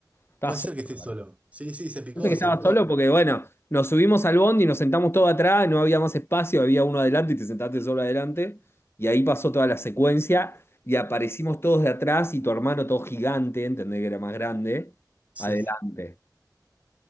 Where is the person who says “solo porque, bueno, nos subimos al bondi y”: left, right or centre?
Left